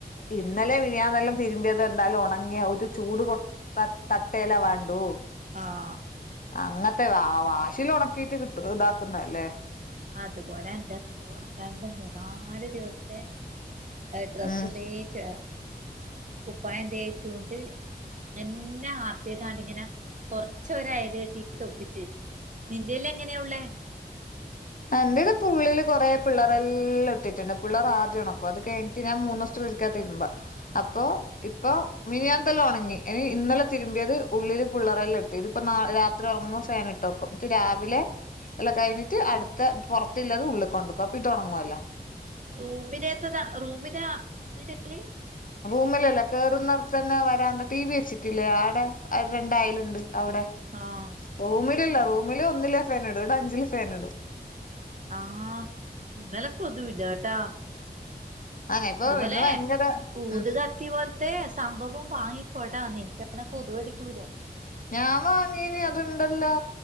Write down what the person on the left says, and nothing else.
ഇന്നലെ മിഞ്ഞാന്നെല്ലാം തിരുമ്പിയത് എന്താലും ഒണങ്ങിയ ഒരുചൂട് കൊട് ത തത്തേയ്ല വാണ്ടു
അങ്ങത്തെ വ വാശില് ഒണക്കിട്ട് കിട്ട് ഇതാക്കുന്നല്ലേ
ഉം
എന്റേത് പുള്ളില് കൊറേ പിള്ളേരെ എല്ലാം ഇട്ടിറ്റ്ണ്ട് പിള്ളേർ ആദ്യം ഒണക്കും അത് കെഴ്‌ഞ്ഞ് റ്റ് ഞാൻ മൂന്നുസ്ത്തിലൊരിക്ക്യാ തിര്മ്പ അപ്പൊ ഇപ്പൊ മിനിയാൻത്തെല്ലാം ഒണങ്ങി ഇനി ഇന്നലെ തിരുമ്പിയത് ഉള്ളില് പിള്ളറല്ലാം ഇട്ട് ഇതിപ്പ നാ രാ ത്രി ആവുമ്മൊ ഫേനിട്ടെക്കും ന്ന്ട്ട് രാവിലെ എല്ലം കഴിഞ്ഞിട്ട് അട് ത്ത പൊറത്തില്ലത് ഉള്ളികൊണ്ടക്കും അപ്പിതൊണങ്ങൊല്ലോ
റൂമിലല്ല കേറുന്നട്തന്നെ വരാന്താ ടി വി വെച്ചിട്ടില്ലേ ആ ടെ
രണ്ടയല്ണ്ട് അവിടെ
റൂമിലല്ല റൂമില് ഒന്നിലേ ഫാൻ ഇടൂ വ്ടെ അഞ്ചില് ഫാൻ ഇടും
അങ്ങനെ ഇപ്പൊ
ഇന്ന് ഭയങ്കര
ഉം
ഞാവാങ്ങീനി അത്ണ്ടല്ലോ